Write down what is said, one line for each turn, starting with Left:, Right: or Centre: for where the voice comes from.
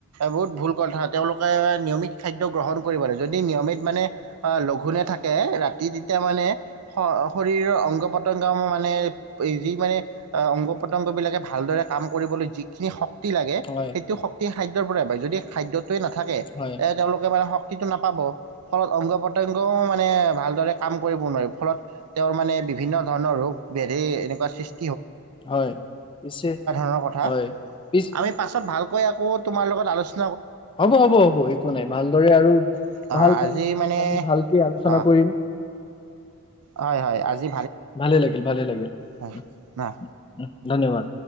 Right: বহুত ভুল কথা তেওঁলোকে নিয়মিত খাদ্য গ্ৰহণ কৰিব লাগে যদি নিয়মিত মানে লঘোনে থাকে ৰাতি তেতিয়া মানে শৰীৰৰ অংগ পতংগ মানে যি মানে অংগ পতংগ বিলাকে ভালদৰে কাম কৰিবলৈ যিখিনি শক্তি শক্তি লাগে
Left: হয়
Right: সেইটো শক্তিে খাদ্যৰ পৰাই পায় যদি খাদ্যত যদি নাথাকে
Left: হয়
Right: এ তেওঁলোকে মানে শক্তি শক্তিটো নাপাব ফলত অংগ প্ৰতংগও মানে ভালদৰে কাম কৰিব নোৱাৰিব ফলত তেওঁৰ মানে বিভিন্ন ধৰণৰ ৰোগ বেধি এনেকুৱা সৃষ্টি
Left: হয় পিছে
Right: ন কথা
Left: হয় পিছ
Right: আমি পাছত ভালকৈ আকৌ তোমাৰ লগত আলোচ-
Left: হ'ব হ'ব হ'ব একো নাই ভালদৰে আৰু
Right: আহ
Left: ভাল
Right: আজি
Left: ভাল
Right: মানে
Left: আমি ভালকে আলোচনা
Right: অঁ
Left: কৰিম <inaudible>
Right: হয় হয় আজি
Left: ভালে লাগিল ভালে লাগিল
Right: হয়
Left: উ
Right: অঁ
Left: উ ধন্যবাদ